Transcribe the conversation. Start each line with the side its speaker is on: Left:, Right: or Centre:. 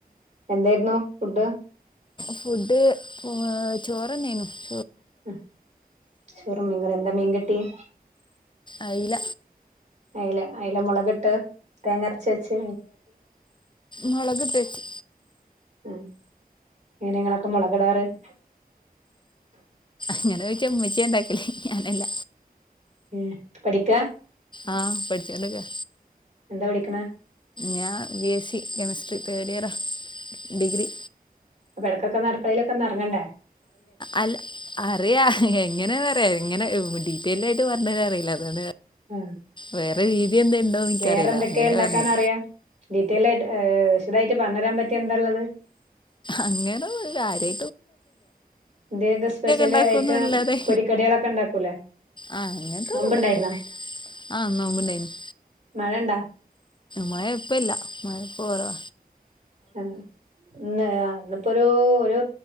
Right: എന്തായിരുന്നു ഫുഡ്
Left: ഫുഡ് ഏഹ് ചോറ് തന്നെയാരുന്നു
Right: ഉം ചോറും മീൻകറിം എന്താ മീൻ കിട്ടിയെ
Left: അയല
Right: അയല അയല മുളകിട്ട് തേങ്ങ അരച്ച് വെച്ചെ
Left: മുളകിട്ട് വെച്ച്
Right: <unintelligible> ആ ഇയിന് നിങ്ങളൊക്കെ മുളകാടാറ് <inaudible>
Left: അങ്ങനെ ചോയിച്ച ഉമ്മച്ചിയ ഉണ്ടാക്കല് ഞാനല്ല
Right: ഉം പഠിക്ക
Left: ആഹ് പഠിച്ചോണ്ടിരിക്ക
Right: എന്താ പഠിക്കണെ
Left: ഞാൻ B S C chemistry third ഇയറാ ഡിഗ്രി
Right: അപ്പ ഇടക്കൊക്കെ അങ്ങടുക്കളയിലൊക്കെന്നിറങ്ങണ്ടേ
Left: അല്ല അറിയ എങ്ങനെ പറയാ ഇങ്ങനെ ഡീറ്റെൽ ആ <unintelligible> പറഞ്ഞ് തരാനറിയില്ല അതാണ്
Right: ആ
Left: വേറെ രീതി എന്ത ഉണ്ടോന്ന് എനിക്കറിയില്ല
Right: വേറെന്തൊക്കെയാ
Left: അങ്ങനെ
Right: ഉണ്ടാക്കാൻ
Left: പറഞ്ഞ്
Right: അറിയാം ഡീറ്റെൽ ആയിട്ട് ഏ വിശദായിട്ട് പറഞ്ഞു തരാൻ പറ്റി എന്താള്ളത്
Left: അങ്ങനെ കാര്യ
Right: എന്താ ഇന്ന് സ്പെഷ്യല്
Left: ഉണ്ടാക്കൊന്നും
Right: ഐറ്റം
Left: ഇല്ലാതെ
Right: പൊരിക്കടികളൊക്കെ ഉണ്ടാക്കൂലേ
Left: ആ അങ്ങനത്തെ
Right: നോമ്പുണ്ടായിരുന്നോ
Left: ഒന്നും <inaudible> ആ നോമ്പുണ്ടാരുന്നു
Right: മഴണ്ടാ
Left: മഴ ഇപ്പല്ല മഴ ഇപ്പ കുറവ
Right: ആ ഒരു ഒരു